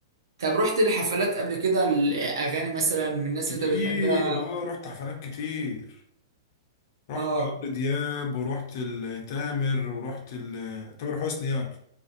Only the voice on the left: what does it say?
كتير
اه رحت حفلات كتير رحت
عمرو دياب ورحت لتامر ورحت ل- تامر حسني يعني